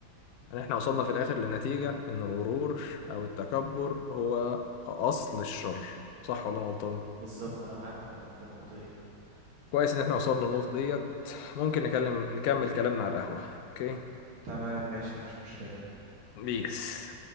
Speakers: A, on the left; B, on the right.
A: يعني احنا وصلنا في الاخر للنتيجه ان الغرور او التكبر هو اصل الشر صح ولا أنا غلطان
B: بالظبط انا معاك في ال- في النقطة دي
A: كويس ان احنا وصلنا للنقطه ديت ممكن نكلم نكمل كلامنا على القهوه اوكي
B: تمام ماشي مفيش مشكلة
A: بيس